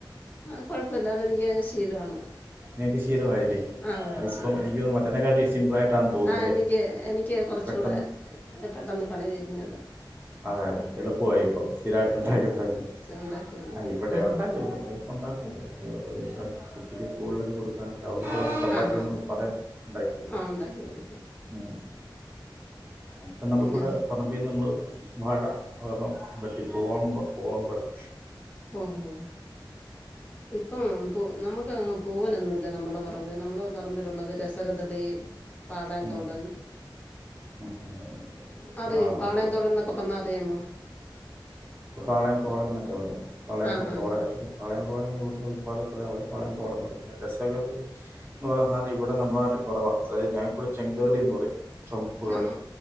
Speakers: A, on the left; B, on the right.
A: ആ കൊഴപ്പമില്ല അത് എനിക്ക് ശീലമാണ്
B: നീപ്പ ശീലമായി അപ്പ
A: ആഹ് ശീലമാണ്
B: എനിക്ക് മറ്റെക്കാളട്ട സിംപിൾ ആയിട്ടാെന്ന് തോന്നുന്നില്ലേ
A: ആ എനിക്ക് എനിക്ക് കുറച്ചുകൂടെ
B: പെട്ടെന്ന്
A: പെട്ടെന്ന് പണി തീരുന്നതാ
B: അതെ
A: ഉം
B: എളുപ്പ
A: ഉം
B: ഇപ്പ സ്ഥിരമായിട്ട്ണ്ടാക്കി
A: എളുപ്പം
B: ഉണ്ടാക്കി
A: ഉണ്ടാക്കി ഉണ്ടാക്കി
B: ആ ഇവിടെേ ഉണ്ടാക്കൂഫണ്ടും <unintelligible> കുട്ടി ഇസ് സ്കളിലൊകെ കൊടുക്കാൻ <unintelligible> ചപ്പാത്തിന്നു
A: ആ ഹാ ഹാ
B: പറയാൻ
A: ഹാ
B: <unintelligible>
A: ആ ഉണ്ടാക്കി കൊടുക്കും
B: മ് ഇപ്പം നമുക്കിവിടെ
A: പിന്നെ
B: പറമ്പിന്ന് നമ്മള് വാഴ ഒരണം വെട്ടി പൂവാൻ പൂവാൻ പയം
A: ഓഹോ ഇപ്പ നമുക്ക് അങ് പൂവാനൊന്നുമല്ല നമ്മുടെ പറമ്പിൽ നമ്മുടെ പറമ്പിലുള്ളത് രസകതളി പാളയന്തോടൻ
B: ഉം ഉം ഉം
A: അറിയോ
B: ആ
A: പാളയംന്തോടന്നൊക്കെ
B: ഓക്കെ ഓക്കെ
A: പറഞ്ഞാ അറിയാമോ
B: പളം കോടം എന്നൊക്കെ പറ പളയം
A: ആ
B: <unintelligible>
A: ഹാ ഹാ
B: പ ഇവിടുന്ന്ല അവിടെ പായൻ തുടന്ന്യും പിന്നെ രസകലി എന്ന് പറയ നമ്മുടെ നാട്ടിൽ കുറവാ ഞങ്ങൾക്കിവിടെ ചെങ്കദളി എന്ന് പറയും ചുമപ്പ് കളർ
A: നമ്